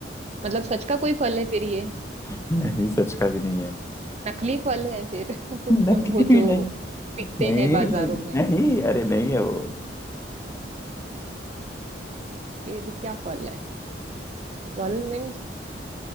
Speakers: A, on the right (about 35°); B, on the left (about 15°).
A: मतलब सच का कोई फल है फिर ये
B: नहीं सच का भी नहीं है
A: नकली फल है फिर <laughs> वो
B: नकली भी
A: जो
B: नहीं
A: मिलते
B: नहीं
A: हैं बाजारों में
B: नहीं अरे नहीं है वो
A: फिर क्या फल है फल मीन्स